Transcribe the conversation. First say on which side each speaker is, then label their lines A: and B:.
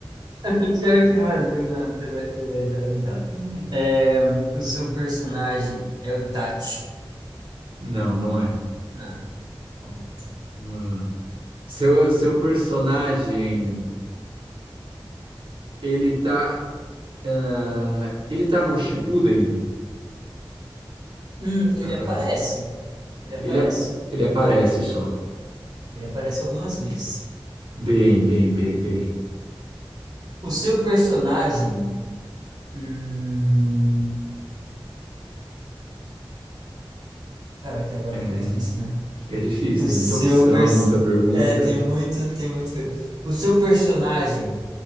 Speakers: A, on the right; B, on the right.
A: <laughs> Pior que, mano, não, você vai, você vai dar risada. É, o seu personagem é o Itachi.
B: Não, não é.
A: Não, como vai ser?
B: Não é. Seu, seu personagem, ele tá. Ah, ele tá no Shippuden,
A: Hum, ele
B: na fase.
A: aparece. Ele aparece.
B: Ele, ap- ele aparece só.
A: Ele aparece algumas vezes.
B: Bem, bem, bem, bem.
A: O seu personagem. Hum, cara, que agora
B: É,
A: fica difícil, né?
B: fica difícil,
A: O
B: tem
A: seu
B: muita opção,
A: pers...
B: muita pergunta.
A: É, tem muito, tem muita coisa. O seu personagem,